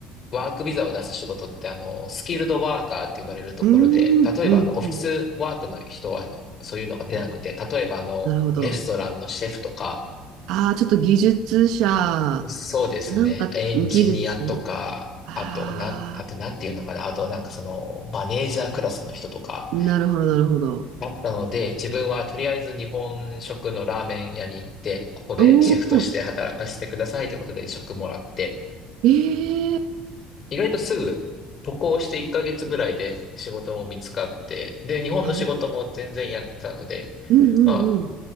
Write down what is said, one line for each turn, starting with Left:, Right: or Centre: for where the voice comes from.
Left: ワークビザを出す仕事って、あの、スキルドワーカーって呼ばれるところで、
Right: うー
Left: 例えば、
Right: ん、うん、
Left: あの、オフィスワークの人は、
Right: うん。
Left: そういうのが出なくて、例えば、あの、
Right: なるほど。
Left: レストランのシェフとか、
Right: ああ、ちょっと技術者、
Left: そうですね。
Right: なんか技術。
Left: エンジニアとか、
Right: あ
Left: あと、なん、あと、なんていうのかな。あと、なんかその、マネージャークラスの人とか
Right: あ、なるほど、なるほど。
Left: だったので、自分はとりあえず日本食のラーメン屋に行って、ここでシェフとして働かせてくださいということで職もらって、
Right: おお、ええ
Left: 意外とすぐ渡航して1ヶ月ぐらいで仕事も見つかって、で、日本の仕事も全然やってたので、
Right: なるほど。うんうん
Left: まあ、